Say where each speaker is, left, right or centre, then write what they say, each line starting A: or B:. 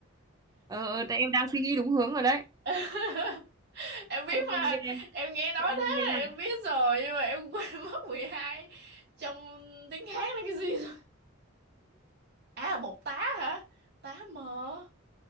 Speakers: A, on the right; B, on the right.
A: ờ ờ, tại em đang suy nghĩ đúng hướng rồi đấy
B: <laughs> Em biết
A: thông
B: mà,
A: minh ghê
B: em nghe nói
A: thông
B: thế
A: minh ghê
B: là
A: hả
B: em biết rồi nhưng mà em quên mất 12 trong tiếng Hán là cái gì rồi. À một tá hả? Tá mờ.